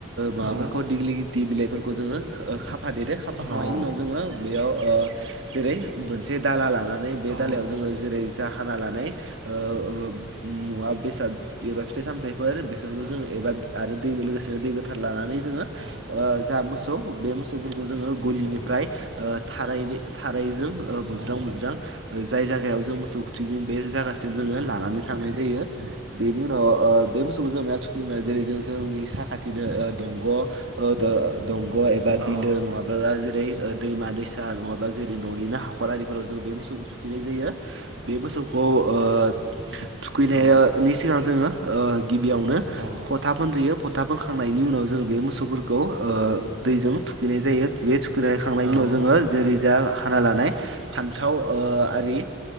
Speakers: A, on the right; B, on the right.
A: माबाफोरखौ
B: औ
A: दिग्लि बिलाइफोरखौ जोङो ओ खाफादेरो खाफाखांनायनि
B: औ औ
A: उनाव जोङो बेयाव जेरै मोनसे दाला लानानै बे
B: औ नंगौ
A: दालायाव जोङो जेरै जा हाना लानाय ओ मुवा बेसाद बेबा फिथाइ सामथाइ फोर बेसोरफोरखौ
B: औ
A: जोङो एबा आरो दै लोगोसेनो दै गोथार लानानै जोङो ओ
B: औ
A: जा मोसौ बे मोसौफोरखौ जोङो गलिनिफ्राय
B: औ
A: ओ थाराय थारायजों ओ बुज्रां
B: औ
A: बुज्रां जाय जायगायाव जों मोसौ थुगोन बे जागासिम जोङो
B: औ नंगौ
A: लानानै थांनाय जायो बेनि उनाव ओ बे बुस्थुखौ जों मायाव थुखियो होनबा
B: औ
A: जेरै जों जोंनि साखाथिनो ओ दंग' ओ दंग' एबा
B: औ
A: बिलो नङा बा जेरै दैमा दैसा नङाबा जेरै ननिनो हाखर आरिफोराव जों बे मोसौखौ थुखैनाय जायो बे मोसौखौ ओ थुखैनायनि
B: औ
A: सिगां जोङो ओ गिबियावनो
B: औ
A: फथा फोनग्रोयो फथा फोनखांनायनि उनाव जोङो बे मोसौफोरखौ ओ दैजों थुखैनाय जायो बे थुखैनायखांनायनि
B: औ
A: उनाव
B: औ
A: जोङो जेरै जा हाना लानाय फान्थाव ओ आरि